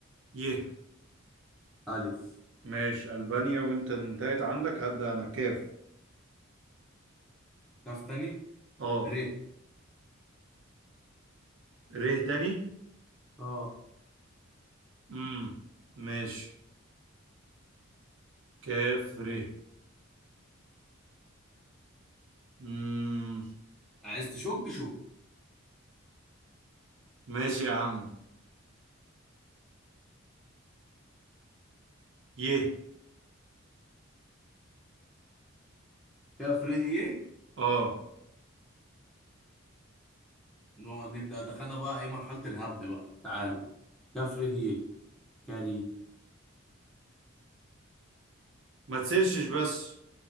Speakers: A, on the right; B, in the centre.
A: ي
B: ألف
A: ماشي ألبانيا وانت انتهيت عندك هبدأ انا كاف
B: كاف تاني
A: اه
B: ر
A: ر تاني
B: اه
A: امم ماشي كاف ر مم.
B: عايز تشك شك
A: ماشي يا عم يه
B: كاف ر ي
A: اه
B: نقعد نبدأ دخلنا بقى إيه مرحلة الهبد بقى تعال كاف ر ي كاري
A: ما تسيرشش بس